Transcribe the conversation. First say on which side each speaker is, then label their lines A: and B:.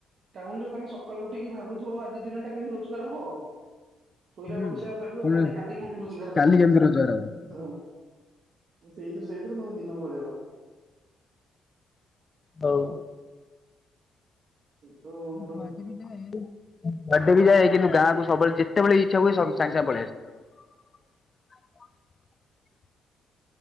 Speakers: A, on the right (about 55°); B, on the left (about 30°).
A: ଟାଉନ ରେ ତମେ ସକାଳୁ ଉଠିକି ଭାବୁଥିବ ଆଜି ଦିନ ଟା କେମିତି ରୋଜଗାର ହବ ଆଉ ଶୋଇଲା
B: ହୁଁ
A: ବେଳକୁ ସେ ଭାବିବ
B: ପୁଣି
A: କାଲି କାଲି ରୋଜଗାର
B: କାଲି
A: କରିଵି
B: କେମିତି ରୋଜଗାର ହବ?
A: ହୁଁ ହୁଁ। ସେଇ ଥିରେ ସେଇ ଥିରେ ତମ ଦିନ ପଳେଇବ।
B: ହୋଉ।
A: ତ
B: <unintelligible>
A: ମୋର
B: ଗାଁ କୁ ସବୁବେଳେ ଯେତେବେଳେ ଇଚ୍ଛା ହୁଏବୁ ସାଙ୍ଗେ ସାଙ୍ଗେ ପଳେଇଆସେ।